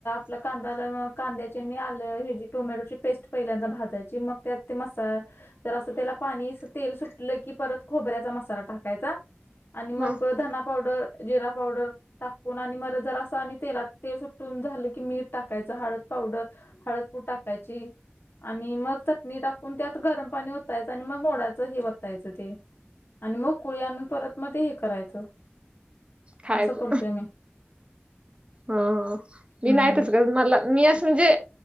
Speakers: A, on the left; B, on the right.
A: आपला कांदाला मग कांद्याची आणि आलं हेजी टोमॅटोची पेस्ट पहिल्यांदा भाजायची मग त्यात ते मसा तर असं त्याला पाणी तेल सुटलं की परत खोबऱ्याचा मसाला टाकायचा आणि मग
B: हा
A: धना पावडर जिरा पावडर टाकून आणि मर जरासा आणि तेलात तेल सुटून झालं की मीठ टाकायचा हळद पावडर, हळदपूड टाकायची. आणि मग चटणी टाकून त्यात गरम पाणी ओतायचं आणि मग मोडायचं हे वतायचं ते. आणि मग कुळी आणून परत मग ते हे करायचं.
B: खायचं
A: असं करतोय मी.
B: हा हा मी
A: हम्म
B: नाही तसं करत मला मी असं म्हणजे